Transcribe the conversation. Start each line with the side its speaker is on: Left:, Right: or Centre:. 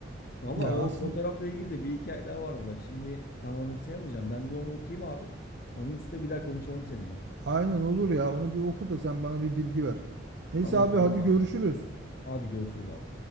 Left: Valla
Right: Ya
Left: o
Right: aslında.
Left: fotoğrafla ilgili de bir hikaye daha vardı. Bak şimdi tam anımsayamayacağım. Ben bir onu okuyayım abi. Onun üstüne bir daha konuşalım seninle.
Right: Aynen olur ya. Onu bir oku da sen bana bir bilgi ver. Neyse
Left: Tamam
Right: abi
Left: tamam
Right: hadi
Left: abi.
Right: görüşürüz.
Left: Hadi görüşürüz abi.